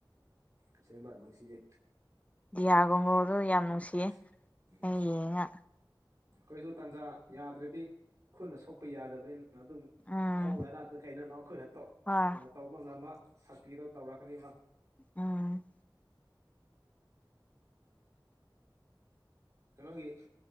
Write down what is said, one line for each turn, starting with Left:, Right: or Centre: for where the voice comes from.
Right: ꯑꯁꯦꯡꯕ ꯅꯨꯡꯁꯤꯌꯦ
Left: ꯗꯤ ꯑꯥꯔ ꯀꯣꯡꯒꯣꯗꯣ ꯌꯥꯝ
Right: ꯎꯝ
Left: ꯅꯨꯡꯁꯤꯌꯦ
Right: ꯎꯝ
Left: ꯑꯩ ꯌꯦꯡꯉ
Right: ꯑꯩꯈꯣꯏꯁꯨ ꯇꯥꯟꯖꯥ ꯌꯥꯗ꯭ꯔꯗꯤ ꯈꯨꯠꯅ ꯁꯣꯛꯄ ꯌꯥꯗꯕꯅꯤꯅ ꯑꯗꯨꯝ
Left: ꯎꯝ
Right: ꯈꯣꯡꯅꯔ ꯀꯩ ꯀꯩꯅꯅꯣ ꯑꯩꯈꯣꯏꯅ
Left: ꯍꯣꯏ
Right: ꯇꯧꯕ ꯉꯝꯕ ꯁꯛꯇꯤꯗꯣ ꯇꯧꯔꯛꯀꯅꯤꯕ
Left: ꯎꯝ
Right: ꯀꯩꯅꯣꯒꯤ